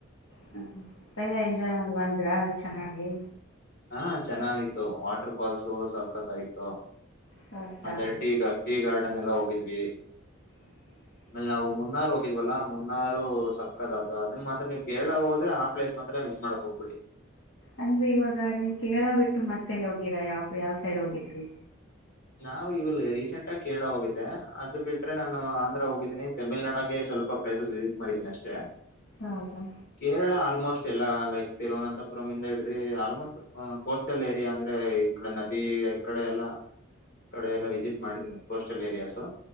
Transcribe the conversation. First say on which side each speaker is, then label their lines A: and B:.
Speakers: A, on the left; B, on the left.
A: ಟ್ರಿಪೆಲ್ಲಾ ಎಂಜಾಯ್ ಮಾಡ ಬಂದ್ರಾ ಚೆನ್ನಾಗಿ.
B: ಹಾ ಚೆನ್ನಾಗಿತ್ತು ವಾಟರ್ ಫಾಲ್ಸು ಸಖತ್ತಾಗಿತ್ತು
A: ಹೌದಾ
B: ಮತ್ತೆ ಟೀ ಗಾ. ನ್ನೆಲ್ಲ ಹೋಗಿದ್ವಿ.
A: <inaudible>
B: ಆಮೇಲ್ ನಾವು ಮುನ್ನಾರು ಹೋಗಿದ್ವಲ್ಲಾ ಮುನ್ನಾರು ಸಕ್ಕತ್ ಅದ ಅದನ್ನ ಮಾತ್ರ ನೀವು ಕೇರಳಾ ಹೋದ್ರೆ ಆ ಪ್ಲೇಸ್ ಮಾತ್ರ. ಮಿಸ್ ಮಾಡಕ್ ಹೋಗ್ಬೇಡಿ.
A: ಅಂದ್ರೆ ಇವಾಗಾ ನೀವ್ ಕೇರಳಾ ಬಿಟ್ಟು ಮತ್ತೇಲ್ಲಿ ಹೋಗಿರಾ ಯಾವ ಯಾವ್ ಸೈಡ್ ಹೋಗಿದ್ರಿ.
B: ನಾವು ಇವಲ್ಲಿ ರೀಸೆಂಟ್ ಆಗಿ ಕೇರಳಾ ಹೋಗಿದ್ದೆ ಅದ ಬಿಟ್ರೆ ನಾನು ಆಂಧ್ರ ಹೋಗಿದ್ದೀನಿ ತಮಿಳ್ನಾಡಾಗ. ಸ್ವಲ್ಪ ಪ್ಲೇಸಸ್ ವಿಸಿಟ್ ಮಾಡಿದೀನಿ ಅಷ್ಟೇ
A: ಹೌದಾ
B: ಕೇರಳಾ ಆಲ್ಮೋಸ್ಟ್ ಎಲ್ಲಾ. ಲೈಕ್ ತಿರುವನಂತಪುರಂ ಇಂದ ಹಿಡ್ದಿ ಆಲ್ಮೋಸ್ಟ್ ಕೋಸ್ಟಲ್ ಏರಿಯಾ ಅಂದ್ರೆ ಈ ಕಡೆ ನದಿ ಈ ಕಡೆ ಎಲ್ಲಾ. ಕಡೆ ಎಲ್ಲಾ ವಿಸಿಟ್ ಮಾಡಿದ್ದೀನಿ ಕೋಸ್ಟಲ್ ಏರಿಯಾಸು.